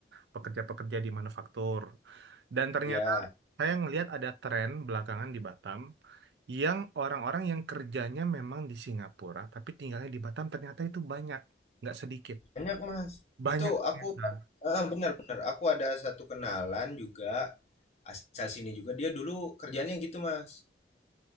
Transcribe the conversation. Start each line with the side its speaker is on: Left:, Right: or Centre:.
Right: pekerja-pekerja di manufaktur dan ternyata
Left: ya.
Right: saya ngelihat ada tren belakangan di Batam yang orang-orang yang kerjanya memang di Singapura tapi tinggalnya di Batam ternyata itu banyak, nggak sedikit.
Left: Banyak, Mas.
Right: Banyak
Left: Itu
Right: ternyata.
Left: aku eh, benar benar. Aku ada satu kenalan juga asal sini juga. Dia dulu kerjanya gitu mas.